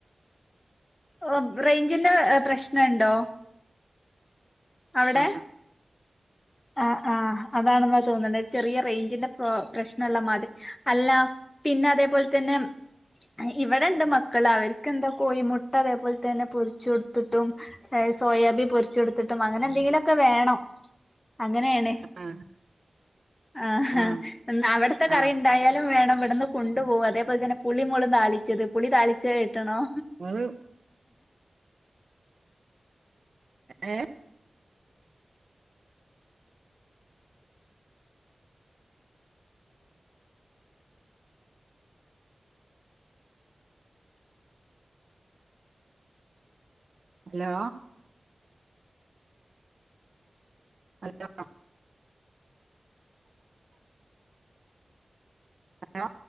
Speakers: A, on the left; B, on the right.
A: ഓ റേഞ്ചിന്റെ പ്രശ്നണ്ടോ അവിടെ
B: ആ
A: ആ ആ അതാണ് ന്നാ തോന്ന്ണ ചെറിയ റേഞ്ചിന്റെ പ്രോ പ്രശ്ന ള്ള മാതിരി അല്ല പിന്നെ അതേപോലെ തന്നെ ഇവിടെണ്ട് മക്കള് അവര്ക്ക് എന്താ കോഴിമുട്ട അതേപോലെ തന്നെ പൊരിച്ച് കൊടുത്തിട്ടും ഏ സോയാബി പൊരിച്ച് കൊടുത്തിട്ടും അങ്ങനെ എന്തെങ്കിലു ഒക്കെ വേണം അങ്ങനേണ്
B: ആ
A: ആഹ്
B: ആ
A: ഹാ അവിടുത്തെ കറി
B: ആ
A: ഉണ്ടായാലും വേണം ഇവട്ന്ന് കൊണ്ടു പോവ അതേപോലെ തന്നെ പുളിം മൊളും താളിച്ചത് പുളി താളിച്ചെത് കേട്ട്ണോ
B: നിങ്ങള് ഏ ഹലോ ഹലോ ഹലോ